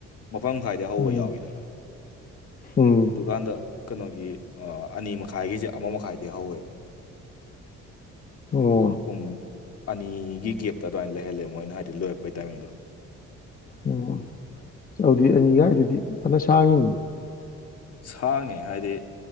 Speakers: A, on the left (about 55°); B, on the left (about 30°).
A: ꯃꯥꯄꯟ ꯈꯥꯏꯗꯩ ꯍꯧꯕ
B: ꯎꯝ
A: ꯌꯥꯎꯏꯗꯅꯥ
B: ꯎꯝ
A: ꯑꯗꯨꯀꯥꯟꯗ ꯀꯩꯅꯣꯒꯤ ꯑꯅꯤ ꯃꯈꯥꯏꯒꯤꯁꯦ ꯑꯃ ꯃꯈꯥꯏꯗꯩꯩ ꯍꯧꯋꯦꯕ
B: ꯑꯣ
A: ꯑꯗꯨꯝ ꯄꯨꯡ ꯑꯅꯤꯒꯤ ꯒꯦꯞꯇ ꯑꯗꯨꯃꯥꯏꯅ ꯂꯩꯍꯜꯂꯦ ꯃꯣꯏꯅ ꯍꯥꯏꯗꯤ ꯂꯣꯏꯔꯛꯄꯩ ꯇꯥꯏꯃꯤꯡꯗꯣ
B: ꯑꯣ ꯑꯗꯨꯗꯤ ꯑꯅꯤꯒꯥꯏꯗꯨꯗꯤ ꯐꯅ ꯁꯥꯡꯉꯤꯅꯦ
A: ꯁꯥꯡꯉꯦ ꯍꯥꯏꯗꯤ